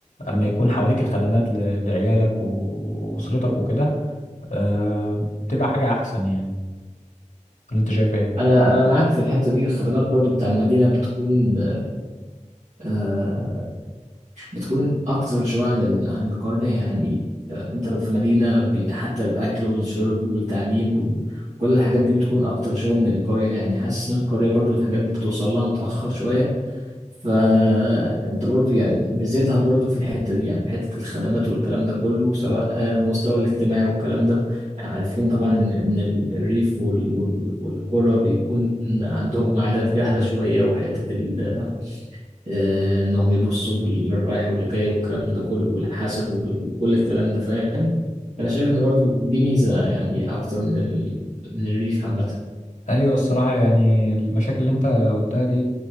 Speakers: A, on the left; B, on the right.
A: اما يكون حواليك الخدمات ل- لعيالك و- واسرتك وكده آه، بتبقى حاجه احسن يعني ولا انت شايف ايه
B: أنا أنا معاك في الحتة دي الخدمات برضه بتاع المدينة بتكون آه، بتكون اكتر شويه عن ال... عن القريه يعني آه، انت لو في مدينه بي... حتى الاكل والشرب والتعليم وال... كل الحاجات دي بتكون اكتر شويه من القريه يعني حاسس ان القريه برضو الحاجات دي بتوصل لها متاخر شويه فانت برضو يعني ميزتها برضو في الحته دي يعني في حته الخدمات والكلام ده كله سواء آه، المستوى الاجتماعي والكلام ده يعني عارفين طبعا ان ان ال- الريف وال... وال... والقرى بيكون عندهم عادات جهله شويه وحته ال... آه، انهم يبصوا للرايح والجاي والكلام ده كله والحسد وال- وكل الكلام ده فاهم فانا شايف ان برضو دي ميزه يعني اكتر من ال... من الريف عامه
A: ايوه الصراحه يعني المشاكل اللي انت قلتها دي